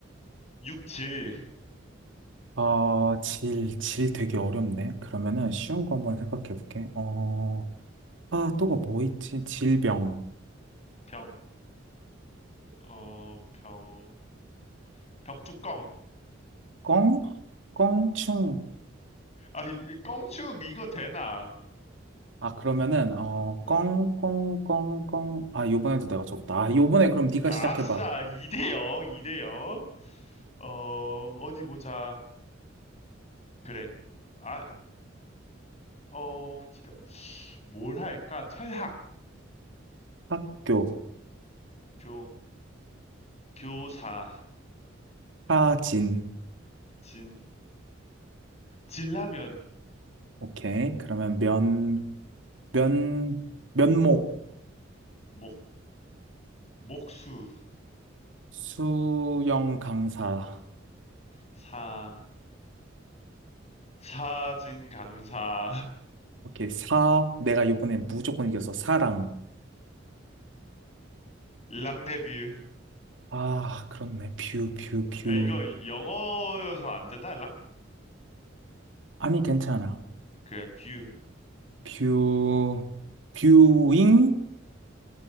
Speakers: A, on the left; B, on the right.
A: 육질,
B: 어, 질, 질 되게 어렵네. 그러면은 쉬운 거 한번 생각해 볼게. 어, 아, 또가 뭐 있지? 질병.
A: 병, 어, 병, 병뚜껑.
B: 껑? 껑충.
A: 아, 이, 껑축, 이거 되나?
B: 아, 그러면은, 어,
A: 어,
B: 껑, 껑, 껑, 껑. 아, 요번에도 내가 줬다. 아, 요번에 그럼 네가
A: 아싸,
B: 시작해 봐.
A: 2대0, 2대0. 어, 어디 보자. 그래. 아, 어, 기다, 뭘 할까? 철학,
B: 학교,
A: 교, 교사,
B: 사진.
A: 진, 진라면,
B: 오케이. 그러면 면, 면, 면목,
A: 목, 목수,
B: 수영 강사.
A: 사, 사진 강사랑
B: 오케이, 4. 내가 이번엔 무조건 이겼어. 사랑
A: 랑 데뷔.
B: 아, 그렇네. 뷰, 뷰, 뷰.
A: 야 이거 영어여서 안 되나 랑?
B: 아니, 괜찮아.
A: 그래 뷰.
B: 뷰, 뷰잉?